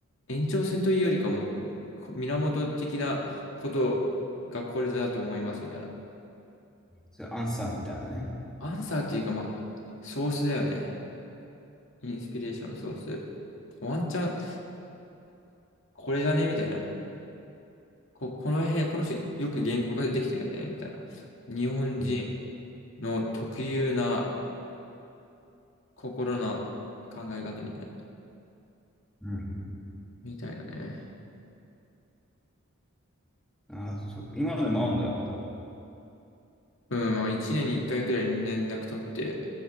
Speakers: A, on the left; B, in the centre.
A: 延長線というよりかも、こ源的なことがこれだと思います、みたいな。
B: それアンサーみたいなね。
A: アンサーっていうか、まあ、ソースだよね。インスピレーションのソース。ワンチャン、これじゃねみたいな。こ、この辺、この人よく言語化できてるよね、みたいな。日本人
B: うん
A: の特有な心の考え方みたいな。
B: うん。うん
A: みたいなね。
B: ああ、そうか。今までもあるんだ、まだ。
A: うん、まあ一年に一回くらい連絡取って、